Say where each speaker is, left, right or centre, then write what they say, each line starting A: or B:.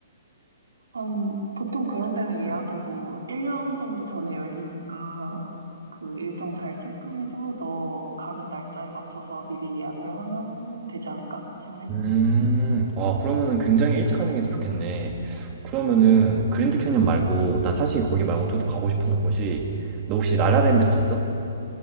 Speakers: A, on the right; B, on the right.
A: 한, 보통 그런 데는 예약이 뭐, 1년 정도 전에 열리니까, 그 일정 잘 체크해서 너 가는 날짜에 맞춰서 미리 예약을 하면 되지 않을까 싶네.
B: 음,
A: 응.
B: 아, 그러면은 굉장히 일찍 하는 게 좋겠네. 그러면은 그랜드 캐니언 말고, 나 사실 거기 말고 또, 또 가고 싶은 곳이, 너 혹시 라라랜드 봤어?